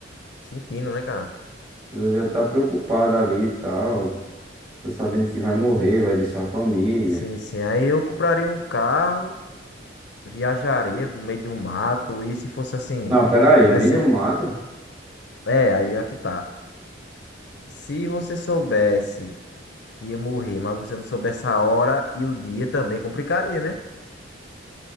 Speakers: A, on the left (about 60°); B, on the right (about 30°).
A: sentindo, né, cara?
B: pessoa já tá preocupada ali e tal. Tá sabendo que vai morrer, vai deixar a família.
A: Sim, sim. Aí eu compraria um carro, viajaria no meio do mato, e se fosse assim,
B: Não, peraí,
A: um
B: meio
A: exemplo.
B: do mato?
A: É, aí aqui tá. Se você soubesse que ia morrer, mas você não soubesse a hora e o dia também complicaria, né?